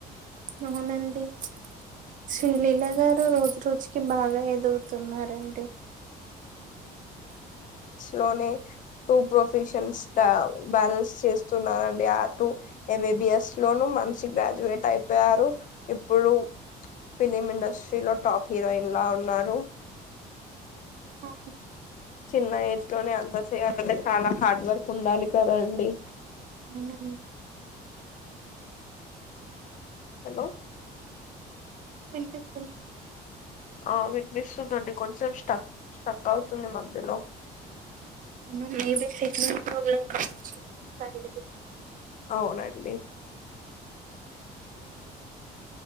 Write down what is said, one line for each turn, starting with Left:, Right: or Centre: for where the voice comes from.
Right: అవునండి శ్రీలీల గారు రోజు రోజుకి బాగా ఎదుగుతున్నారండి
Left: లోనే టూ ప్రొఫెషన్స్ బ్యా బ్యాలెన్స్ చేస్ న్నారండి అటుూ ఎం. బీ. బి. ఎస్ లోనూ మనిషి గ్రాడ్యుయేట్ అయిపోయారు ఇప్పుడు ఫిలిం ఇండస్ట్రీలో టాప్ హీరోయిన్ లా ఉన్నారు
Right: అవును
Left: చిన్న ఏజ్ లోనే అంతా చెయాలంటే చాలా హార్డ్ వర్క్ ఉండాలి కదా అండి
Right: అవునండి
Left: హలో
Right: వినిపిస్తుందా అండి
Left: ఆ వినిపిస్తుందండి కొంచెం స్టక్ స్టక్ అవుతుంది మధ్యలో
Right: ఇంగా లేదు పెట్టిన <unintelligible> పర్లేదు
Left: అవునండి
Right: ఏ